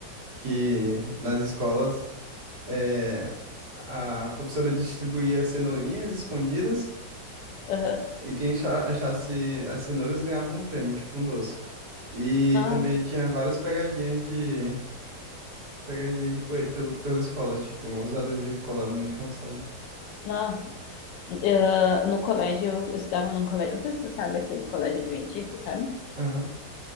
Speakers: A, on the right (about 70°); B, on the left (about 85°).
A: que nas escolas é, a professora distribuía cenourinhas escondidas.
B: Aham.
A: E quem acha- achasse as cenouras ganhava um prêmio, tipo um doce. E
B: Nossa,
A: também tinha várias pegadinhas de pegadinha de coelho pelo, pela escola, tipo uns adesivos colados no chão, sabe?
B: nossa. Ah, no colégio, eu, eu estudava num colégio, não sei se você sabe aqueles colégios adventistas, sabe?
A: Aham.